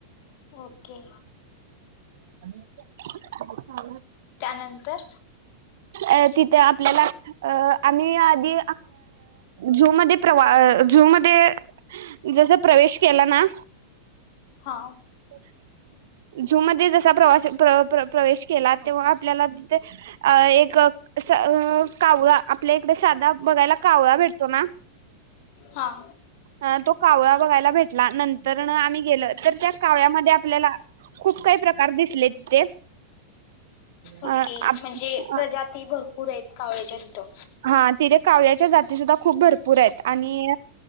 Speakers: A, on the left; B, on the right.
A: ओके
B: <unintelligible>
A: त्यानंतर
B: अ तिथे आपल्याला अ आम्ही आधी झूमध्ये प्रवा झूमध्ये जस प्रवेश केला ना
A: हा
B: <unintelligible> झूमध्ये जसा प्रवास प्रवेश केला तेव्हा आपल्याला तिथे अ एक अस अ कावळा आपल्या इकडे साधा बघायला कावळा भेटतो ना
A: हां
B: हा तो कावळा बघायला भेटला नंतरन आम्ही गेल तर त्या कावळ्यामध्ये आपल्याला खूप काही प्रकार दिसले तिथे.
A: ओके
B: अ आप
A: म्हणजे प्रजाती भरपूर आहेत कावळयाच्या तिथं.
B: हा तिथे कावळ्याच्या जाती सुद्धा खूप भरपूर आहेत आणि